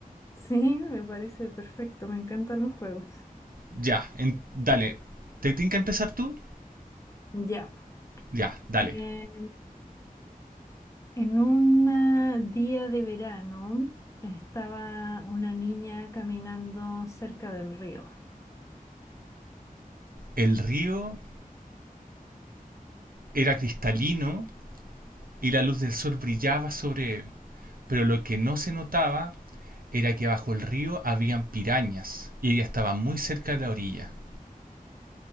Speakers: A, on the left; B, on the right.
A: Sí, me parece perfecto, me encantan los juegos.
B: Ya, en- dale. ¿Te que empezar tú?
A: Ya.
B: Ya, dale.
A: Eh, en un día de verano estaba una niña caminando cerca del río.
B: El río era cristalino y la luz del sol brillaba sobre él pero lo que no se notaba era que bajo el río habían pirañas y ella estaba muy cerca de la orilla